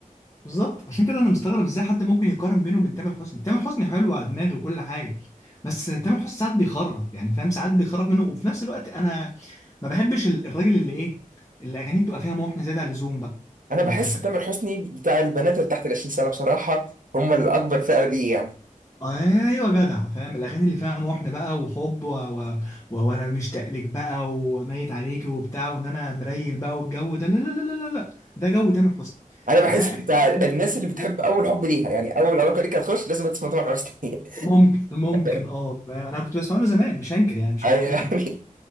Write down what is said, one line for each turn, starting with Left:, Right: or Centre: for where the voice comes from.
Left: بالظبط عشان كده انا مستغرب ازاي حد ممكن يقارن بينه وبين تامر حسني تامر حسني حلو على دماغي وكل حاجه بس تامر حسني ساعات بيخرف يعني فاهم ساعات بيخرف منه وفي نفس الوقت انا ما بحبش ال- الراجل اللي ايه اللي اغانيه بتبقى فيها محن زياده عن اللزوم بقى
Right: انا بحس
Left: انت فاهم
Right: تامر حسني بتاع البنات اللي تحت ال 20 سنه بصراحه هم الاكبر فئه دي يعني
Left: ايوه جدع فاهم الاغاني اللي فيها محن بقى وحب و... و... و... وانا مشتاق لك بقى وميت عليك وبتاع وان انا مريل بقى والجو ده لا لا لا لا لا لا. ده جو تامر حسني
Right: انا بحس
Left: ده أغاني
Right: بتاع الناس
Left: تامر
Right: اللي بتحب
Left: حسني
Right: اول
Left: كلها
Right: حب ليها يعني اول علاقه ليك هتخش لازم تسمع تامر حسني
Left: ممكن ممكن
Right: <laughs>
Left: اه انا كنت بسمع له زمان مش هنكر يعني مش
Right: يعني
Left: هقول لك ان